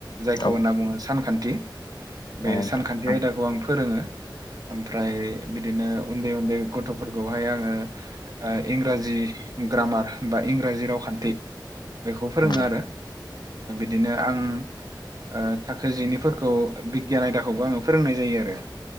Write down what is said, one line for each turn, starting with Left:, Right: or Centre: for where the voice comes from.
Right: बेखौ
Left: औ
Right: होनना सानखान्थि
Left: औ
Right: बे
Left: नोंथां
Right: सानखान्थि आं फोरोङो। ओमफ्राय बिदिनो उन्दै उन्दै गथ'फोरखौहाय आङो इंराजि ग्रामार बा इंराजि रावखान्थि बेखौ फोरोङो
Left: औ
Right: आरो बिदिनो आं औ थाखो जिनिफोरखौ बिगियान आयदाखौबो आङो फोरोंनाय जायो आरो।